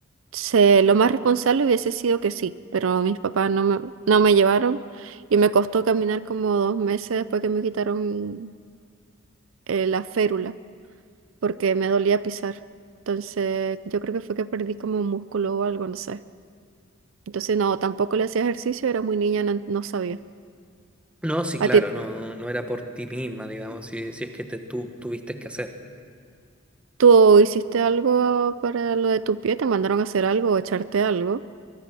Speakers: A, on the right (about 70°); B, in the centre.
A: se- lo más responsable hubiese sido que sí, pero mis papás no me, no me llevaron y me costó caminar como dos meses después que me quitaron eh, la férula. porque me dolía pisar. Entonces, yo creo que fue que perdí como músculo o algo, no sé. Entonces, no, tampoco le hacía ejercicio, era muy niña, no, no sabía.
B: No, sí, claro,
A: ¿A ti
B: no, no era por ti misma, digamos, si, si es que te, tú tuviste que hacer.
A: tú hiciste algo para lo de tu pie? ¿Te mandaron a hacer algo o echarte algo?